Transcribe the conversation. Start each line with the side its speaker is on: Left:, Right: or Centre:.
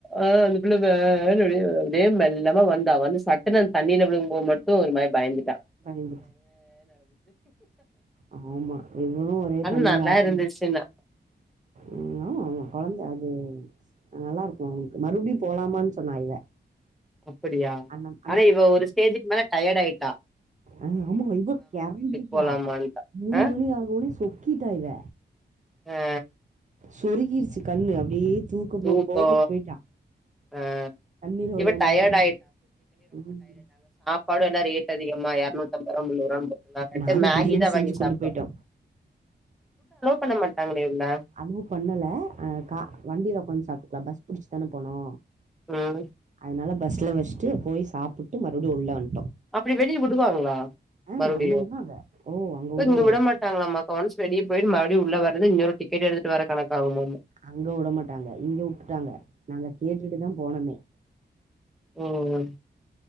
Centre: அன் புள்ள பேனு வெளிய அப்டியே மெல்லாம வந்தா வந்துஸ் சட்டனு அந்த தண்ணில விழுகும் போத் மட் டு ஒரு மாரி பயந்து
Right: பயந்துட் ஆமா இவளும் ஒரே
Centre: ஆனா
Right: தண்ணியில
Centre: நல்லா
Right: ஆட்டந்தா
Centre: இருந்துச்சுன்னா
Right: உம் ஆம ஆமா கொழந்த அது நல்லா இருக்கு ஒங்க்கு மறுபடியு போலாமான்னு சொன்னா இவ
Centre: அப்படியா
Right: அன்ன
Centre: ஆனா இவ ஒரு ஸ்டேஜுக்கு மேல டயர்ட் ஆயிட் டா
Right: அ ஆமா இவ கெறங்கிட்டா
Centre: போலாமான்ட்டா
Right: மூணு
Centre: ஆ
Right: மணி ஆனோனே சொக்கிட்டா இவ
Centre: ஆ
Right: சொருகிருச்சு கண்ணு அப்டி தூக்கம்ம
Centre: தூக்கோ
Right: போதைக்கு போயிட்டா
Centre: ஆ
Right: தண்ணீல
Centre: இவ
Right: வெளையாண்டு
Centre: டயர்ட்
Right: வெளையாண்டு ம்
Centre: பாடெல்லா ரேட் அதிகமா எரநூத் தம்போருவா முன்னுரான் போட்டுருந்தாங்கன்ட்டு
Right: நாங்க
Centre: மேகிதா
Right: பிரியாணி செஞ்சு
Centre: வாங்கி
Right: கொண்டு
Centre: சாப்ட்டோ
Right: போயிட்டோ
Centre: பண்ண மாட்டாங்களே உள்ள
Right: அலோ பண்ணல அஹ் கா வண்டியில உக்காந் சாப்ட்டோ தா பஸ் புடிச்சு தானே போனோ
Centre: ம்
Right: அதனால பஸ்ல வச்சுட்டு போய் சாப்புட் ட்டு மறுபடியு உள்ள வன்
Centre: அப்டி வெளியே விடுவாங்களா
Right: ஆ
Centre: மறுபடியு
Right: அங்க உட்றாங்க ஓ அங்க உட்றாங்க
Centre: இங்க விடமாட்டாங்களமாக்கா
Right: உட்றாங்க
Centre: ஒன்ஸ் வெளிய போய் ம றியு உள்ள வர்ரது இங்கொரு டிக்கட் எடுத்துட்டு வர தனக்காகவு மேம்
Right: அங்க வுடமாட்டாங்க இங்க விட்டுட்டாங்க நாங்க கேட்டுட்டுதா போனோமே
Centre: உம் ம்